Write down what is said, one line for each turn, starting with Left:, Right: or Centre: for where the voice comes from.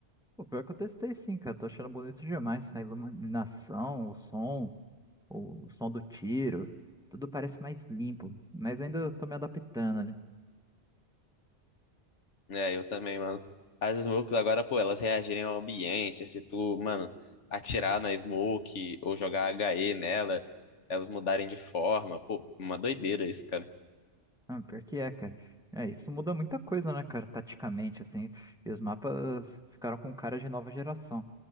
Centre: O pior que eu testei sim, cara. Tô achando bonito demais. A iluminação, o som, o, o som do tiro, tudo parece mais limpo. Mas ainda eu tô me adaptando ali.
Left: É, eu também, mano. As smokes agora, pô, elas reagirem ao ambiente. Se tu, mano, atirar na smoke ou jogar HE nela, elas mudarem de forma. Pô, uma doideira isso, cara.
Centre: Ah, pior que é, cara. É, isso muda muita coisa, né, cara, taticamente, assim. E os mapas ficaram com cara de nova geração.